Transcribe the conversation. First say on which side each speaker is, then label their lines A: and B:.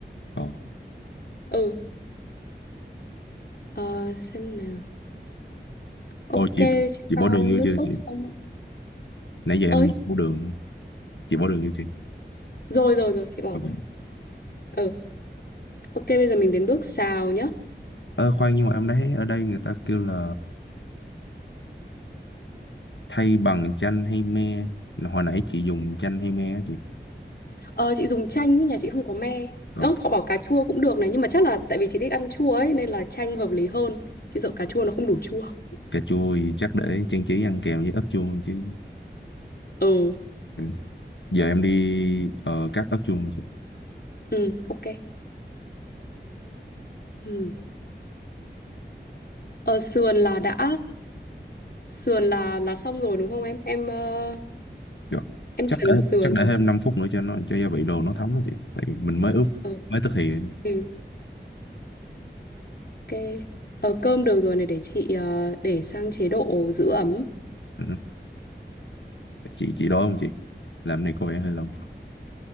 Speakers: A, on the left; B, on the left.
A: ờ
B: Ừ, Ờ, xem nào. Ok,
A: ô chị
B: chị
A: chị
B: pha
A: bỏ đường vô
B: nước
A: chưa
B: sốt
A: chị
B: xong.
A: nãy giờ em
B: Ơi,
A: bỏ đường chị bỏ đường vô chưa
B: rồi rồi rồi, chị bỏ
A: Ok.
B: rồi. Ừ, ok, bây giờ mình đến bước xào nhá.
A: ờ khoan nhưng mà em thấy ở đây người ta kêu là thay bằng chanh hay me hồi nãy chị dùng chanh hay me á chị
B: Ờ, chị dùng chanh, ý, nhà chị không có me.
A: Ờ,
B: Ơ, họ bảo cà chua cũng được này, nhưng mà chắc là tại vì chị thích ăn chua ấy, nên là chanh hợp lý hơn. Chị sợ cà chua nó không đủ chua.
A: cà chua thì chắc để trang trí ăn kèm với ớt chuông chứ
B: Ừ,
A: Ừ. giờ em đi ờ, cắt ớt chuông chị
B: ừ, ok. Ừ. Ờ, sườn là đã sườn là là xong rồi đúng không em? Em ờ,
A: Rồi.
B: em
A: chắc
B: trần
A: để
B: sườn.
A: chắc để thêm 5 phút nữa cho nó cho gia vị đồ nó thấm á chị tại vì mình mới ướp
B: Ờ,
A: mới thực thì
B: ừ, ok. Ờ, cơm được rồi này để chị ờ, để sang chế độ giữ ấm.
A: Ừ. chị chị đói không chị làm này có vẻ hơi lâu